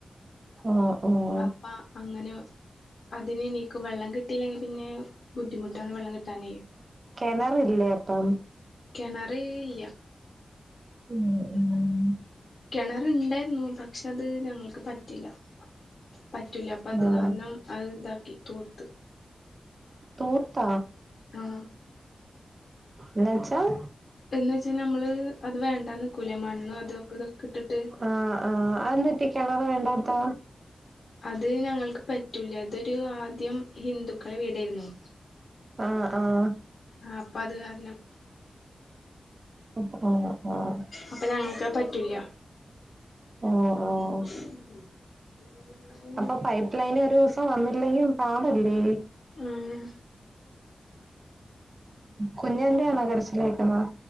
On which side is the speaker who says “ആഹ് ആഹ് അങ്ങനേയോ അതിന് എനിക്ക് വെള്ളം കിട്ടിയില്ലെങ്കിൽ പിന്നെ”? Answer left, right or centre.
Left